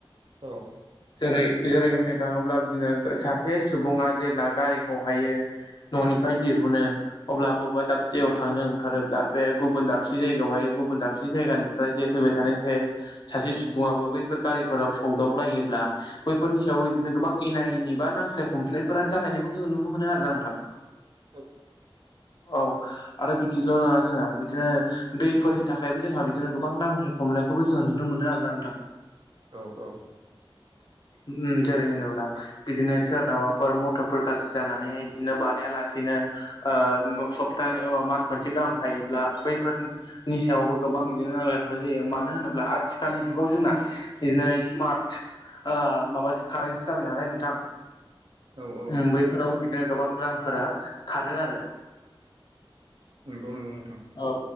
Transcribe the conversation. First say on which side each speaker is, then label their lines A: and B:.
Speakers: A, on the right; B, on the left.
A: औ
B: जेरै जेरै होननो थाङोब्ला बिदिनो सासे सुबुङा जेब्ला गारिखौ हायो न'निफाय दिहुनो अब्ला बबबा दाबसे जायाव थांनो ओंखारोब दा बे गुबुन दाबसे जायगायावहाय गुबुन दाबसे जायगानिफ्राय जे फैबाय थानाय जे सासे सुबुङाबो बैफोर गारिफोराव सौदावलायोब्ला बैफोरनि सायाव बिदिनो गोबां एना एनि बा नांस्लाय खमस्लायफोरा जालायनायखौ जोङो नुनो मोनो आरोना नोंथां।
A: औ
B: <inaudible> औ आरो बिदिल' नङा जोंहा बिदिनो दैफोरनि थाखायबो जोंहा बिदिनो गोबां नांज्लाय खमलायखौबो जोङो नुनो मोनो आरोना नोंथां।
A: औ औ।
B: उम जेरै होनोब्ला बिदिनो सोरनाबाफोर मथर फोर गाज्रि जानानैहाय बिदिनो बानायालासेनो ओ उम सप्ता ओ मास मोनसे गाहाम थायोब्ला बैफोरनि सायावबो गोबां बिदिनो नांलाय खमलाय जायो मानो होनोब्ला आ थिखालनि जुगाव जोंना इदिनै स्मार्ट ओ माबास कारेनसो जाबाय नालाय नोंथां
A: औ औ
B: ओम बैफोरावबो बिदिनो गोबां रां फोरा खारो आरो।
A: नोंगौ नोंगौ नोंथां।
B: औ